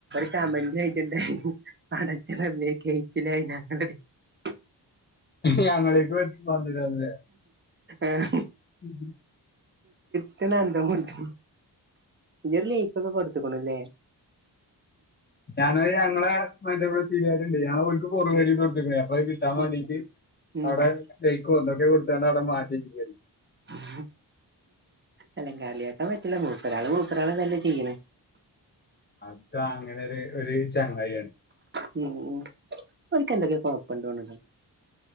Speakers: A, on the right (about 25°); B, on the left (about 25°).
A: മ കമന്റ് നോക്കിണ്ടായി പടച്ച റബ്ബേ കായിച്ചിലായി <unintelligible>
B: ഞങ്ങളേക്ക് പ <unintelligible>
A: ആഹ്.
B: ഉം
A: ന്ന എന്ത കൊടുത്ത ജർലി കൊടുത്തക്കണല്ലേ
B: ഞാന് ഞങ്ങളെ മറ്റെ ചീരികരുണ്ട് ഞർക് പോറവേട് <unintelligible> പോയി കിട്ടാ
A: ഉം
B: വണ്ടിട്ട്
A: ഉം
B: അവിടെ കൊന്നൊക്കെ കൊടുത്തണ്ട് അവിടെ മാറ്റച്ചില്ലേര്ന്നൊ
A: ആ ഹ അല്ലങ്കളിയക്കാൻ പറ്റില്ല മൂപ്പരാ ആള് മൂപ്പരാ ആള് തല്ല ചെയ്യണേ
B: അതാ അങ്ങനെ ഒരു ഒരു ചങ്ങാായിയാണ്
A: ഉം ഉം ഓൽക്ക് എന്തൊക്കെ കൊഴപ്പണ്ട് തോന്ന്ണ്